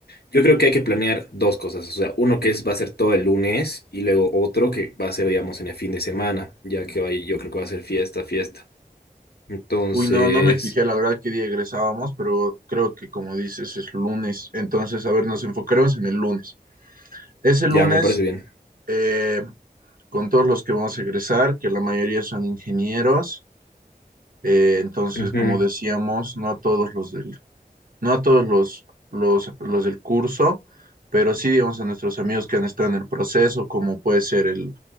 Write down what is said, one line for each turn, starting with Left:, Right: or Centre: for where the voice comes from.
Left: yo creo que hay que planear dos cosas. O sea, uno que es va a ser todo el lunes y luego otro que va a ser, digamos, en el fin de semana, ya que ahí yo creo que va a ser fiesta, fiesta. Entonces,
Right: uy, no, no me fijé, la verdad, qué día egresábamos, pero creo que como dices, es lunes, entonces, a ver, nos enfocaremos en el lunes. Ese
Left: ya
Right: lunes,
Left: me parece bien.
Right: eh, con todos los que vamos a egresar, que la mayoría son ingenieros, eh, entonces,
Left: Ujú.
Right: como decíamos, no todos los del no a todos los, los, los del curso, pero sí, digamos, a nuestros amigos que han estado en el proceso, como puede ser el,